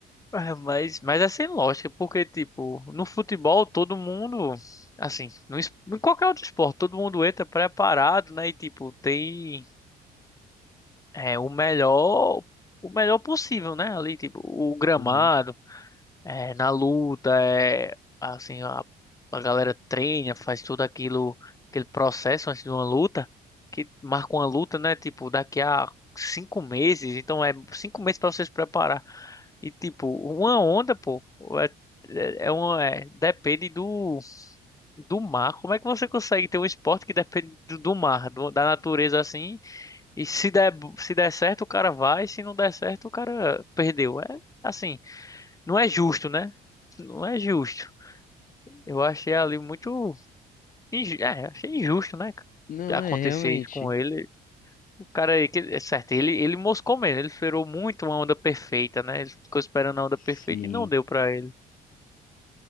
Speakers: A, on the left (about 20°); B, on the left (about 55°).
A: É, Mas, mas é sem lógica, porque, tipo, no futebol todo mundo, assim, no, es- em qualquer outro esporte, todo mundo entra preparado, né? E, tipo, tem é, o melhor, o melhor possível, né? Ali, tipo, o gramado.
B: Uhum.
A: é, na luta, é, assim, a, a galera treina, faz tudo aquilo, aquele processo antes de uma luta, que marca uma luta, né? Tipo, daqui a cinco meses, então é cinco meses para você se preparar. E tipo, uma onda, pô, é, é é uma, é, depende do, do mar. Como é que você consegue ter um esporte que depende do, do mar, do- da natureza assim? E se der, se der certo, o cara vai, se não der certo, o cara perdeu. É assim. Não é justo, né? Não é justo. Eu achei ali muito. inju- É, achei injusto, né?
B: Não,
A: cara, Acontecer
B: é realmente.
A: isso com ele. O cara, aí que- é certo, ele, ele moscou mesmo. Ele esperou muito uma onda perfeita, né? Ele ficou esperando a onda
B: Sim.
A: perfeita e não deu pra ele.